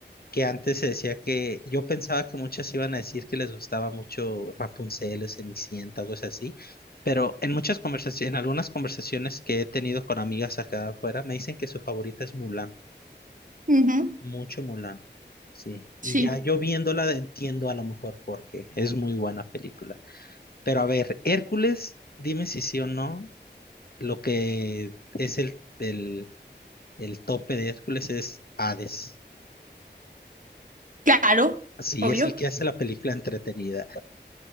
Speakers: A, on the left (about 55°); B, on the right (about 45°).
A: Que antes se decía que yo pensaba que muchas iban a decir que les gustaba mucho Rapunzel o Cenicienta o cosas así. Pero en muchas conversaciones, en algunas conversaciones que he tenido con amigas acá afuera, me dicen que su favorita es Mulan.
B: Ujú.
A: Mucho Mulan, sí. Y
B: Sí,
A: ya yo viéndola entiendo a lo mejor por qué. Es muy buena película. Pero a ver, Hércules, dime si sí o no. Lo que es el, el, el tope de Hércules es Hades.
B: claro,
A: Sí,
B: obvio.
A: es el que hace la película entretenida.